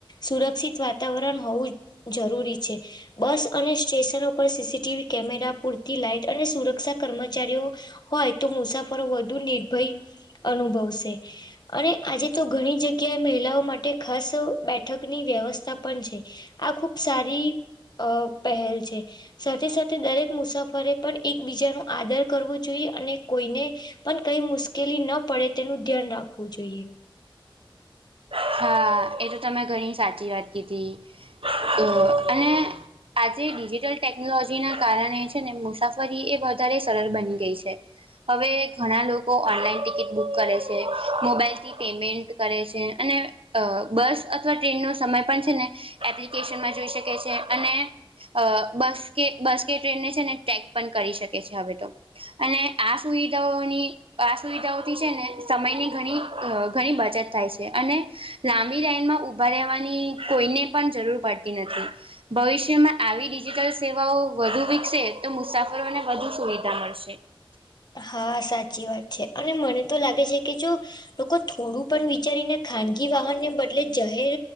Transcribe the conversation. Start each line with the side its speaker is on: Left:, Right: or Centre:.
Left: સુરક્ષિત વાતાવરણ હોવું જરૂરી છે. બસ અને સ્ટેશનો પર C C T V camera, પૂરતી લાઈટ અને સુરક્ષા કર્મચારીઓ હોય તો મુસાફરો વધુ નિર્ભય અનુભવશે અને આજે તો ઘણી જગ્યાએ મહિલાઓ માટે ખાસ બેઠકની વ્યવસ્થા પણ છે. આ ખુબ સારી અ પહેલ છે. સાથે સાથે દરેક મુસાફરે પણ એકબીજાનો આદર કરવો જોઈએ અને કોઈને પણ કઈ મુશ્કેલી ન પડે તેનું ધ્યાન રાખવું જોઈએ.
Right: હા, એ તો તમે ઘણી સાચી વાત કીધી અ અને આજે ડિજિટલ ટેકનોલોજીના કારણે છે ને મુસાફરી એ વધારે સરળ બની ગઈ છે. હવે ઘણા લોકો ઓનલાઈન ટિકિટ બુક કરે છે, મોબાઈલથી પેમેન્ટ કરે છે, અને અ બસ અથવા ટ્રેનનો સમય પણ છે ને એપ્લિકેશનમાં જોઈ શકે છે અને અ બસ કે બસ કે ટ્રેનને છે ને ટેક પણ કરી શકે છે, હવે તો અને આ સુવિધાઓની આ સુવિધાઓથી છે ને સમયની ઘણી ઘણી બચત થાય છે અને લાંબી લાઈનમાં ઊભા રહેવાની કોઈને પણ જરૂર પડતી નથી. ભવિષ્યમાં આવી ડિજિટલ સેવાઓ વધુ વિકસે તો મુસાફરોને વધુ સુવિધા મળશે.
Left: હા સાચ ચી વાત છે અને મને તો લાગે છે કે જો લોકો થોડું પણ વિચારીને ખાનગી વાહનને બદલે જાહેર